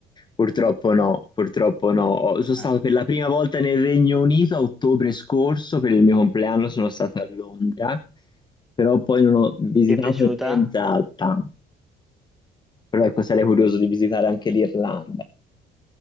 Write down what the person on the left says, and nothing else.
Purtroppo no, purtroppo no. Sono stato
per la prima volta nel Regno Unito a ottobre scorso, per il mio compleanno sono stato a Londra, però poi non ho visitato
nient'altro. Però ecco, sarei curioso di visitare anche l'Irlanda.